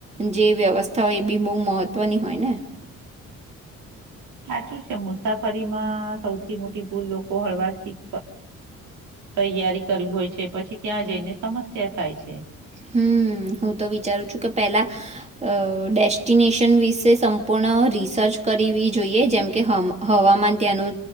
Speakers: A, on the right; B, on the right.
A: જે વ્યવસ્થા હોય એ બી બહુ મહત્ત્વની હોય ને
B: હચુ છે મુસાફરી માં સૌથી મોટી લોકો હળવાથી તૈયારી
A: <unintelligible>
B: કરવી હોય છે પછી ત્યાં જઈને સમસ્યા થાય છે
A: હમ હું તો વિચારું છું કે પેલા અ ડેસ્ટિનેશન વિશે સંપૂર્ણ રિસર્ચ કરવી જોઈએ જેમકે હવામાન ત્યાંનું